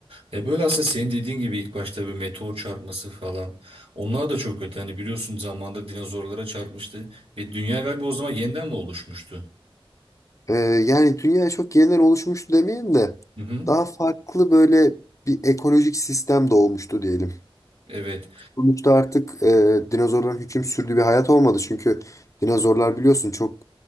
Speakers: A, on the right; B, on the left.
A: Ya böyle aslında senin dediğin gibi ilk başta bir meteor çarpması falan. Onlar da çok kötü. Hani biliyorsun zamanında dinozorlara çarpmıştı. Ve dünya galiba o zaman yeniden mi oluşmuştu?
B: Ee, yani dünya çok yeniden oluşmuştu demeyeyim de
A: Hı hı.
B: daha farklı böyle bir ekolojik sistem doğmuştu diyelim.
A: Evet.
B: Sonuçta artık e, dinozorların hüküm sürdüğü bir hayat olmadı. Çünkü dinozorlar biliyorsun çok